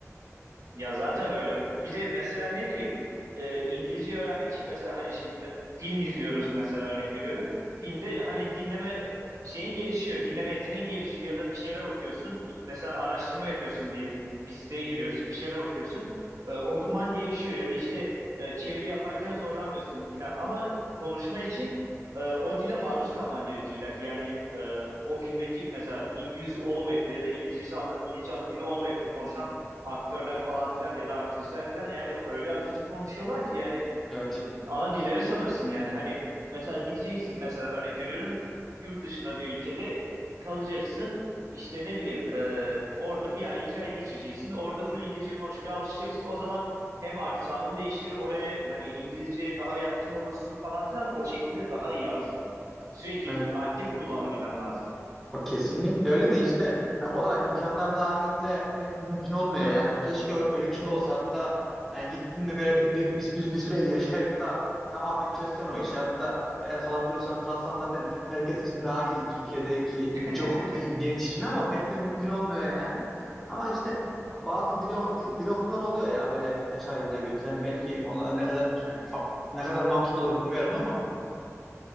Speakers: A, on the right; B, in the centre.
A: Ya zaten öyle. Bir de mesela ne bileyim e, İngilizce öğrenmek için mesela hani şimdi me- film izliyoruz mesela örnek veriyorum. Filmde hani dinleme şeyin gelişiyor, dinleme yeteneğin gelişiyor ya da bir şeyler okuyorsun. Mesela araştırma yapıyorsun diyelim. Bir siteye giriyorsun, bir şeyler okuyorsun. E, okuman gelişiyor ya da işte e, çeviri yaparken zorlanmıyorsun filan. Ama konuşma için e, o dile maruz kalman gerekiyor illa ki. Yani e, o filmdeki mesela İngiliz olmayıp da ya da İngilizcesi ana, İngilizce ana dili olmayıp da konuşan aktörler falan filan ya da aktrisler filan yani öyle akıcı konuşuyorlar ki yani
B: Evet.
A: e, ana dilleri sanırsın yani hani mesela gideceksin mesela örnek veriyorum yurt dışında bir ülkede kalacaksın işte ne bileyim e, orada bir ay iki ay geçireceksin orada full İngilizce konuşmaya alışacaksın o zaman hem aksanın değişir oraya hani İngilizceye daha yatkın olursun falan filan o şekilde daha iyi aslında sürekli
B: Evet.
A: aktif kullanabilmen lazım.
B: O kesinlikle öyle de işte hani o da imkanlar dahilinde pek mümkün olmuyor yani. Hani Keşke ö- öyle bir şey olsa hatta yani gittin mi böyle bir, bir, bir, bir- bir süre yaşayıp da tamamen çözsen o işi. Hatta eğer kalabiliyorsan kalsan zaten herkes için daha iyi Türkiye'deki
A: <laughs>
B: çok genç için ama pek de mümkün olmuyor yani. Ama işte bazı dil, o- di- dil okulları oluyor ya böyle birkaç aylığına götüren belki onlar ne kadar yani fa- ne kadar mantıklı olur bilmiyorum ama